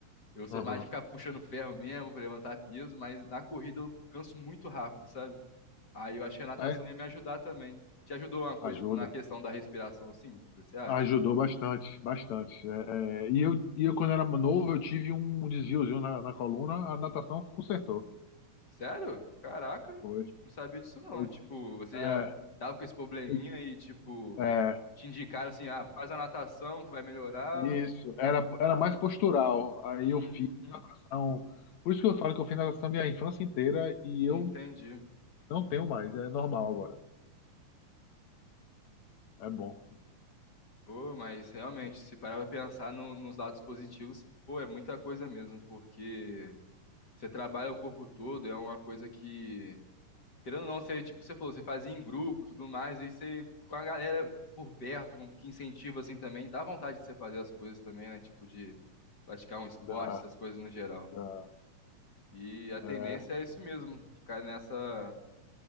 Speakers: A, on the left (about 35°); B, on the left (about 65°).
A: Eu sou
B: Uhum.
A: mais de ficar puxando ferro mesmo, pra levantar peso, mas na corrida eu canso muito rápido, sabe? Aí eu acho que a natação
B: É,
A: ia me ajudar também. Te ajudou uma coisa,
B: ajuda.
A: tipo, na questão da respiração, assim, você acha?
B: Ajudou bastante, bastante. É, é, e, eu, e eu, quando era novo, eu tive um desviozinho na, na coluna, a natação que consertou.
A: Sério? Caraca,
B: Foi.
A: tipo, não sabia disso não.
B: Eu,
A: Tipo, você
B: é,
A: já tava com esse probleminha
B: eu-
A: e, tipo,
B: é,
A: te indicaram assim, ah, faz a natação que vai melhorar.
B: Isso, era,
A: Caraca.
B: era mais postural. Aí
A: Uhum,
B: eu fiz natação. Por isso que eu falo que eu fiz natação minha infância inteira e
A: entendi.
B: eu não tenho mais. É normal agora. É bom.
A: Pô, mas realmente,
B: É, é, é,
A: se parar pra pensar no- nos lados positivos, pô, é muita coisa mesmo, porque você trabalha o corpo todo, é uma coisa que Querendo ou não, você, tipo, você falou, você fazia em grupo, tudo mais, e você, com a galera por perto, com que incentiva, assim, também, dá vontade de você fazer as coisas também, né? Tipo, de praticar um esporte,
B: dá-
A: essas coisas no geral.
B: dá-
A: E a tendência
B: é.
A: é isso mesmo, ficar nessa,